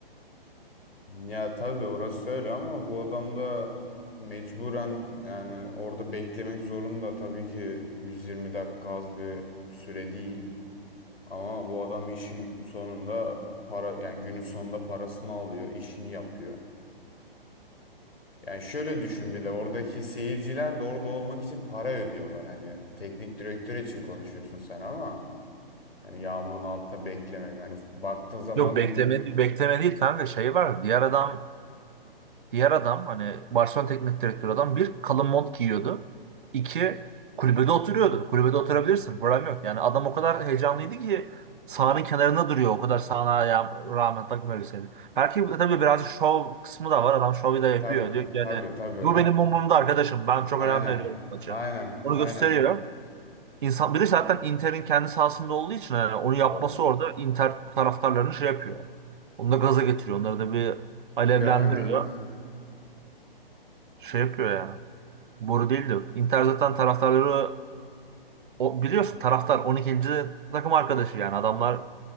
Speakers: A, on the left; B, on the right.
A: Ya tabii orası öyle ama bu adam da mecburen yani orada beklemek zorunda tabii ki 120 dakika az bir süre değil. Ama bu adam işin sonunda para yani günün sonunda parasını alıyor, işini yapıyor. Yani şöyle düşün bir de oradaki seyirciler de orada olmak için para ödüyorlar. Hani teknik direktör için konuşuyorsun sen ama hani yağmurun altında beklemek hani baktığın zaman
B: Yok bekleme,
A: da yü-
B: bekleme değil kanka şey var. Diğer adam Diğer adam hani Barcelona teknik direktörü adam bir kalın mont giyiyordu. İki kulübede oturuyordu. Kulübede oturabilirsin. Problem yok. Yani adam o kadar heyecanlıydı ki sahanın kenarında duruyor. O kadar sahana ya- rağmen takım elbiseli. Belki bu da tabii birazcık şov kısmı da var. Adam şovu da yapıyor.
A: tabii
B: Diyor ki yani
A: tabii tabii.
B: bu benim umurumda arkadaşım. Ben çok
A: Aynen.
B: önem veriyorum maça.
A: Aynen.
B: Onu
A: Aynen.
B: gösteriyor. İnsan, bir de zaten Inter'in kendi sahasında olduğu için yani onu yapması
A: O.
B: orada Inter taraftarlarını şey yapıyor. Onu da gaza getiriyor. Onları da bir alevlendiriyor
A: Yani
B: şey yapıyor yani. Boru değil de Inter zaten taraftarları o, biliyorsun taraftar 12. takım arkadaşı yani adamlar